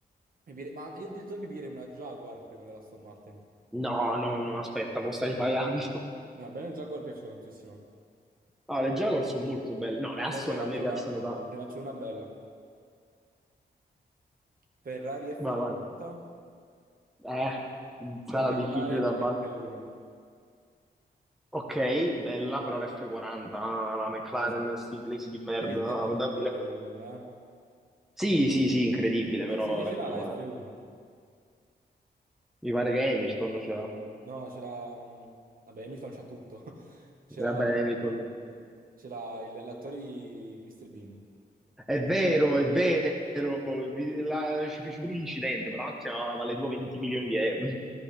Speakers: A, on the right; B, in the centre.
A: Mi piglierei- ma io addirittura mi piglierei una Jaguar prima della Aston Martin.
B: No, no, no, aspetta, mo stai sbagliando.
A: No, a me le Jaguar piacciono tantissimo.
B: No, le Jaguar sono molto belle. No, le
A: A
B: Aston
A: mo te ne faccio
B: a me piacciono
A: una,
B: tanto.
A: te ne faccio una bella. Ferrari F40
B: Vai, vai. Eh, sarà
A: o McLaren
B: difficile da battere.
A: F1?
B: Ok, bella, però l'F40, ah, la McLaren,
A: Oh, sì.
B: sti inglesi di merda.
A: Bellissima macchina
B: ah, Dammi
A: la F1
B: l'F...
A: però,
B: Sì, sì, sì, incredibile,
A: eh.
B: però
A: Eh, Sai chi
B: l'F40.
A: ce l'ha la F1?
B: Mi pare che Hamilton ce l'ha.
A: No, ce l'ha... mh, Vabbè, Hamilton c'ha tutto. <laughs> Ce
B: Vabbè,
A: l'ha
B: Hamilton.
A: ce l'ha il- l'attore di Mr. Bean.
B: È vero, è vero, vi- la- ci fece pure un incidente, quella macchina vale tipo 20 milioni di euro.